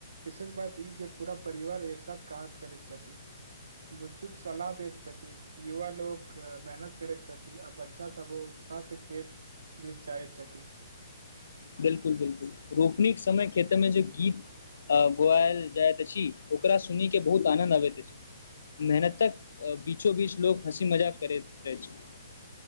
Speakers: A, on the right; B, on the left.
A: विशेष बात ई, जे पूरा परिवार एक साथ काज करैत छथि। बुचुक सलाह दैत छथि, युवा लोक मेहनत करैत छथि, आ बच्चा सब सा सकेत देश जाय छथि।
B: बिलकुल -बिलकुल! रोपनीे समय के खेतेमें जे गीत गैलजाइत अछि, ओकरा सुन के बहुत आनन्द आबैत अछि, मेहनतक अ बीचो -बीच लोक हँसी मजाक करैत रहै छथि।